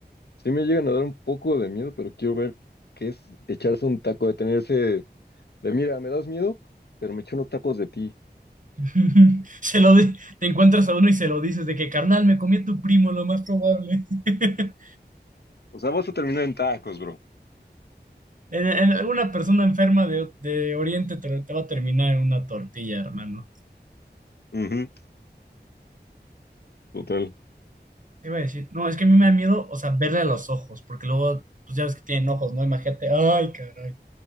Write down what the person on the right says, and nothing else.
<laughs> Se lo di- te encuentras a uno y se lo dices de que, carnal, me comí a tu primo, lo más probable. <laughs>
En- en- Alguna persona enferma de, de Oriente te, te va a terminar en una tortilla, hermano.
Te iba a decir, no, es que a mí me da miedo, o sea, verle a los ojos, porque luego, pues ya ves que tienen ojos, ¿no? Imagínate, ay, caray.